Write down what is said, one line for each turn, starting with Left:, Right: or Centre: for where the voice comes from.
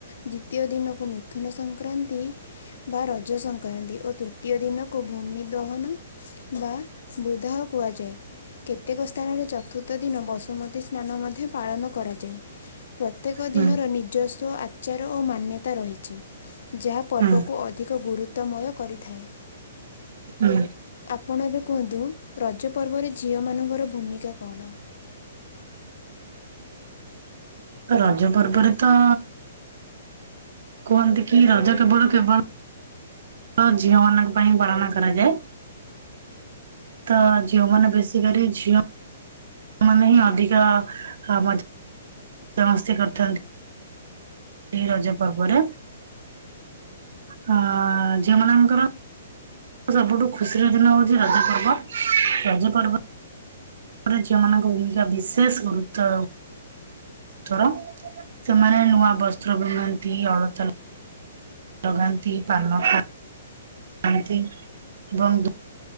Left: ଦ୍ଵିତୀୟ ଦିନକୁ ମିଥୁନ ସଂକ୍ରାନ୍ତି ବା ରଜ ସଂକ୍ରାନ୍ତି ଓ ତୃତୀୟ ଦିନ କୁ ଭୂମି ଦହନ ବା ବୁଦାହ କୁହାଯାଏ। କେତେକ ସ୍ଥାନରେ ଚତୁର୍ଥ ଦିନ ବସୁମତୀ ସ୍ନାନ ମଧ୍ୟ ପାଳନ କରାଯାଏ। ପ୍ରତ୍ୟେକ ଦିନର
Right: ହୁଁ
Left: ନିଜସ୍ୱ ଆଚାର ଓ ମାନ୍ୟତା ରହିଛି। ଯାହା ପର୍ବକୁ
Right: ହୁଁ
Left: ଅଧିକ ଗୁରୁତ୍ୱମୟ କରିଥାଏ।
Right: ହୁଁ।
Left: ଆପଣ ଏବେ କୁହନ୍ତୁ ରଜ ପର୍ବରେ ଝିଅମାନଙ୍କର ଭୂମିକା କଣ?
Right: ରଜ ପର୍ବରେ ତ କୁହନ୍ତି କି ରଜ କେବଳ କେବଳ ତ ଝିଅ ମାନଙ୍କ ପାଇଁ ପାଳନ କରାଯାଏ। ତ ଝିଅମାନେ ବେଶୀ କରି ଝିଅ ମାନେ ହିଁ ଅଧିକ ମଜ୍, ମଜା ମସ୍ତି କରିଥାନ୍ତି। ଏହି ରଜ ପର୍ବରେ। ହଁ ଝିଅମାନଙ୍କର ସବୁଠୁ ଖୁସିର ଦିନ ହଉଛି ରଜ ପର୍ବ ରଜ ପର୍ବ ରେ ଝିଅମାନଙ୍କ ଭୂମିକା ବିଶେଷ ଗୁରୁତ୍ୱ ର ସେମାନେ ନୂଆ ବସ୍ତ୍ର ପିନ୍ଧନ୍ତି ଅଳତା ଲ ଲଗାନ୍ତି ପାନ ଖା ଖାଆନ୍ତି ଏବଂ